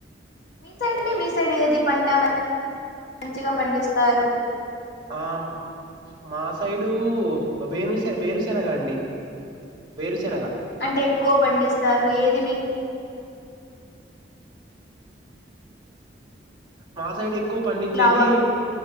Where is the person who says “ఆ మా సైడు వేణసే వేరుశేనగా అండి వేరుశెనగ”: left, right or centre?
Right